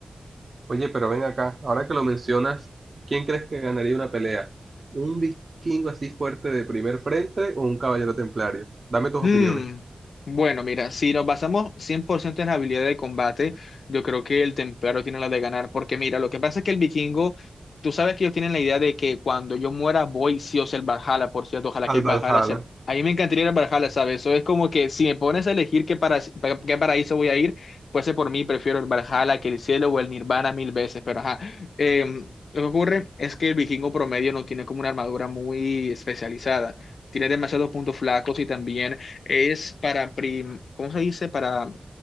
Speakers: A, on the right; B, on the left.
A: Oye, pero ven acá, ahora que lo mencionas, ¿quién crees que ganaría una pelea? ¿Un vikingo así fuerte de primer frente o un caballero templario? Dame tus
B: Hmm,
A: opiniones.
B: Bueno, mira, si nos basamos 100% en la habilidad de combate, yo creo que el templario tiene la de ganar, porque mira, lo que pasa es que el vikingo, tú sabes que ellos tienen la idea de que cuando yo muera voy sí o sí al Valhalla, por cierto, ojalá
A: Al
B: que el
A: Valhalla.
B: Valhalla sea... A mí me encantaría ir al Valhalla, ¿sabes? Eso es como que si me pones a elegir qué, para... pa- qué paraíso voy a ir, fuese por mí, prefiero el Valhalla que el cielo o el Nirvana mil veces, pero ajá. Em, lo que ocurre es que el vikingo promedio no tiene como una armadura muy especializada. Tiene demasiados puntos flacos y también es para, prim- ¿cómo se dice? Para,